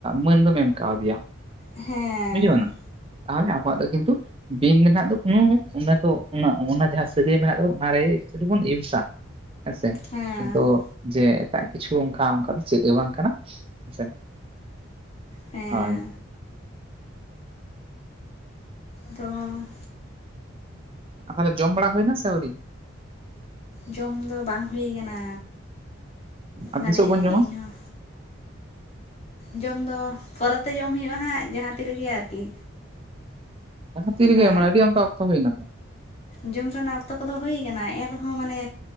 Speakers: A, on the right; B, on the left.
A: ᱢᱟᱹᱱ ᱫᱚᱢ ᱮᱢᱠᱟᱣ ᱫᱤᱭᱟ᱾
B: ᱦᱮᱸ
A: ᱵᱩᱡᱷᱟᱹᱣᱱᱟ ᱛᱟᱦᱚᱞᱮ ᱟᱵᱚᱣᱟᱜ ᱫᱚ ᱠᱤᱱᱛᱩ ᱵᱤᱧ ᱨᱮᱱᱟᱜ ᱫᱚ ᱠᱳᱱᱳ ᱚᱱᱟ ᱠᱚ ᱚᱱᱟ ᱡᱟᱦᱟᱸ ᱥᱟᱹᱜᱟᱹᱭ ᱢᱮᱱᱟᱜ ᱫᱚ ᱚᱱᱟᱨᱮ ᱡᱮ <unintelligible> ᱤᱭᱩᱥᱟ ᱦᱮᱸ ᱥᱮ
B: ᱦᱮᱸ
A: ᱠᱤᱱᱛᱩ ᱡᱮ ᱮᱴᱟᱜ ᱠᱤᱪᱷᱩ ᱚᱱᱠᱟ-ᱚᱱᱠᱟ ᱫᱚ ᱪᱮᱫ ᱜᱮ ᱵᱟᱝ ᱠᱟᱱᱟ ᱦᱮᱸᱥᱮ
B: ᱦᱮᱸ
A: ᱦᱳᱭ᱾
B: ᱫᱚᱻ
A: ᱟᱯᱮ ᱫᱚ ᱡᱚᱢ ᱵᱟᱲᱟ ᱦᱩᱭᱱᱟ ᱥᱮ ᱟᱣᱨᱤ?
B: ᱡᱚᱢ ᱫᱚ ᱵᱟᱝ ᱦᱩᱭ ᱠᱟᱱᱟ,
A: ᱟᱨ
B: ᱢᱟᱱᱮ
A: ᱛᱤᱥᱚᱜ ᱵᱚᱱ ᱡᱚᱢᱟ
B: ᱤᱧᱦᱚᱸ ᱡᱚᱢ ᱫᱚ ᱯᱚᱨᱮ ᱛᱮ ᱡᱚᱢ ᱦᱩᱭᱩᱜᱼᱟ ᱦᱟᱸᱜ ᱡᱟᱦᱟᱸ ᱛᱤ ᱨᱮᱜᱮ ᱟᱨᱠᱤ᱾
A: ᱛᱤ ᱨᱮᱵᱤᱱ
B: ᱚᱱᱟ
A: ᱢᱟᱱᱮ ᱟᱹᱰᱤ ᱟᱭᱢᱟ ᱚᱠᱛᱚ ᱦᱩᱭᱱᱟ ᱛᱚ᱾
B: ᱡᱚᱢ ᱨᱮᱱᱟᱜ ᱚᱠᱛᱚ ᱠᱚᱫᱚ ᱦᱩᱭ ᱠᱟᱱᱟ ᱮᱱ ᱨᱮᱦᱚᱸ ᱢᱟᱱᱮ